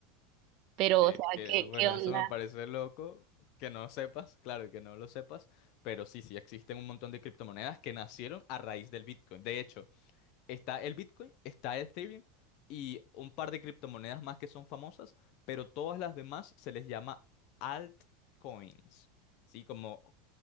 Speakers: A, on the right (about 40°); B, on the left (about 40°).
A: Pero,
B: Que,
A: o sea,
B: que,
A: ¿qué,
B: bueno,
A: qué onda?
B: eso me parece loco que no sepas, claro, que no lo sepas, pero sí, sí existen un montón de criptomonedas que nacieron a raíz del Bitcoin. De hecho, está el Bitcoin, está Ethereum y un par de criptomonedas más que son famosas, pero todas las demás se les llama altcoins, ¿sí? Como